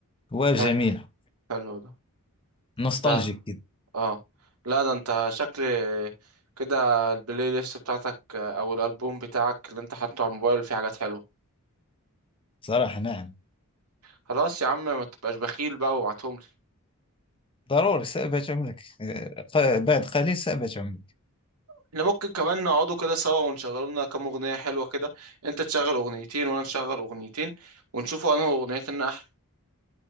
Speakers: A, on the left; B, on the right.
A: وجميلة
B: حلو حلو ده
A: نوستالجيك
B: ده
A: كده
B: اه لا ده انت شكل كده البلاي ليست بتاعتك او الالبوم بتاعك اللي انت حاطه على الموبايل فيه حاجات حلوه
A: صراحة نعم
B: خلاص يا عم ما تبقاش بخيل بقى وابعتهم لي
A: ضروري سأبت عمرك آه، ق- بعد قليل سأبت عمرك
B: احنا ممكن كمان نقعدوا كده سوا ونشغلوا لنا كام اغنيه حلوه كده انت تشغل اغنيتين وانا نشغل اغنيتين ونشوفوا انه اغنيتنا احلى